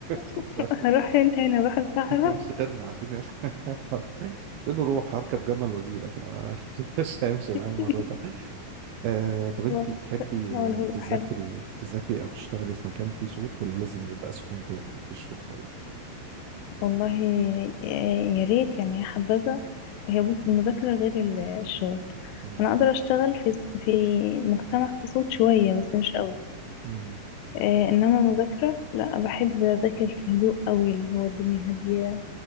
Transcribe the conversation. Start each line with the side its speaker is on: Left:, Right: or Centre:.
Right: اسكت
Left: <laughs>
Right: خالص
Left: هروح انت هنا هروح الصحراء
Right: مفيش غيرنا قاعدين هنا <laughs> قلت له روح هركب جمل وأجيلك أنا <laughs> مش هيمشي معايا
Left: <laughs>
Right: الموضوع ده أه طب أنت
Left: هو
Right: تحبي
Left: هو الهدوء
Right: تذاكري
Left: حلو
Right: تذاكري أو تشتغلي في مكان فيه صوت ولا لازم يبقى سكون تام مفيش صوت حواليك
Left: والله آه، يا ريت يعني يا حبذا هي بص المذاكرة غير ال- الشغل
Right: مم.
Left: أنا أقدر أشتغل في في مجتمع فيه صوت شوية بس مش قوي
Right: مم.
Left: آه، إنما المذاكرة لا بحب أذاكر في هدوء قوي اللي هو الدنيا هادية